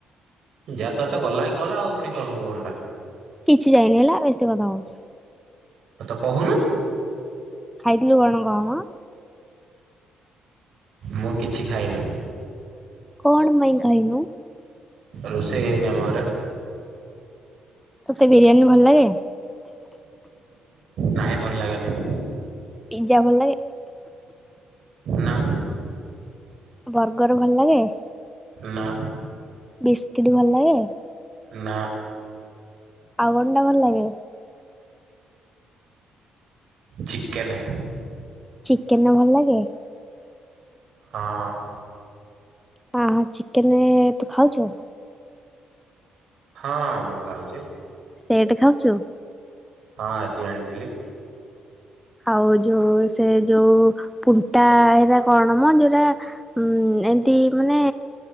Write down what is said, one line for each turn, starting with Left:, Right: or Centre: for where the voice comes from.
Right: ଯା ତତେ ଗଲାକି କଲା ଆଉ ପୁଣି କହିବୁ କଣଟା
Centre: କିଛି ଯାଇନି ହେଲା ବେଶୀ କଥା ହଉଛି।
Right: ହଉ ତ କହୁନୁ।
Centre: ଖାଇଥିଲୁ କଣ କହମା।
Right: ମୁଁ କିଛି ଖାଇନି
Centre: କଣ ମେଙ୍ଗାଇ ନୁ
Right: ରୋଷେଇ ହେଇନି ଆମର।
Centre: ତତେ ବିରିୟାନୀ ଭଲ ଲାଗେ।
Right: ନାହିଁ ଭଲ ଲାଗେନି।
Centre: ପିଜ୍ଜା ଭଲ ଲାଗେ।
Right: ନା।
Centre: ବର୍ଗର ଭଲ ଲାଗେ
Right: ନା।
Centre: ବିସ୍କିଟ୍ ଭଲ ଲାଗେ।
Right: ନା
Centre: ଆଉଗଣ ଟା ଭଲ ଲାଗେ।
Right: ଚିକନ।
Centre: ଚିକେନ ଭଲ ଲାଗେ।
Right: ହଁ।
Centre: ହଁ ହଁ ଚିକେନ ତୁ ଖାଉଛୁ।
Right: ହଁ ମୁଁ ଖାଉଛି।
Centre: ସେଇଟ ଖାଉଛୁ।
Right: ହଁ ଆଜି ଆଣିଥିଲି।
Centre: ଆଉ ଯୋଉ ସେ ଯୋଉ ଫୁଣ୍ଟା ହେଟା କଣ ମ ଯୋଉଟା। ଉଁ ଏମତି ମାନେ